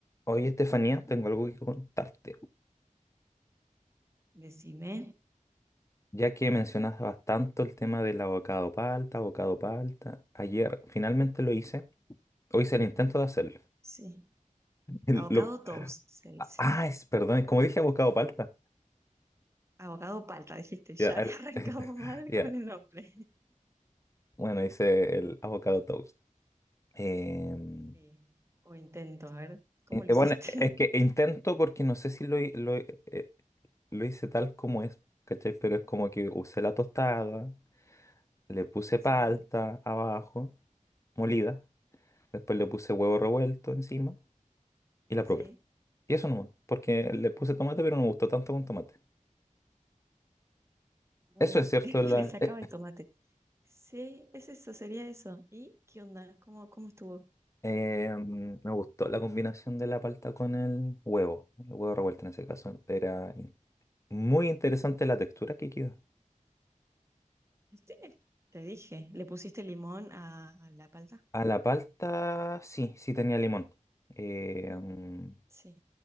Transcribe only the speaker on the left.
Oye, Estefanía, tengo algo que contarte.
Ya que mencionabas tanto el tema del abocado palta, abocado palta, ayer finalmente lo hice. Hoy hice el intento de hacerlo.
<laughs> El-
lo-
ah, ah, es, perdón, como dije abocado palta.
Ya,
al-
<laughs>
ya.
Bueno, hice el avocado toast. Em,
eh,
eh,
bueno, es que
intento porque no sé si lo, hi- lo, eh, eh, lo hice tal como es, ¿cachai? Pero es como que usé la tostada, le puse palta
abajo, molida Después le puse huevo revuelto encima y la
probé. Y eso nomás, porque le puse tomate, pero no me gustó tanto con tomate.
Eso es cierto,
la,
eh,
eh, mm, me gustó la combinación de la palta con el huevo. El huevo revuelto en ese caso. Era in- muy interesante la textura que quedó.
A la palta, sí, sí tenía limón. Eh,
mm,